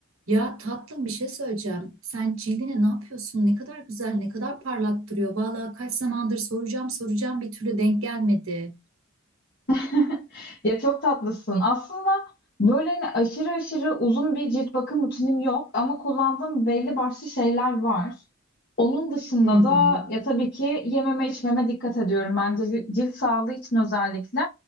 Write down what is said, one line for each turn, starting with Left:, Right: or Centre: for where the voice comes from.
Right: Ya tatlım bir şey söyleyeceğim. Sen cildine ne yapıyorsun? Ne kadar güzel, ne kadar parlak duruyor. Vallahi kaç zamandır soracağım soracağım bir türlü denk gelmedi.
Left: <laughs> Ya çok tatlısın. Aslında böyle hani aşırı aşırı uzun bir cilt bakım rutinim yok ama kullandığım belli başlı şeyler var. Onun dışında
Right: Hı hı.
Left: da ya tabii ki yememe içmeme dikkat ediyorum. Bence li- cilt sağlığı için özellikle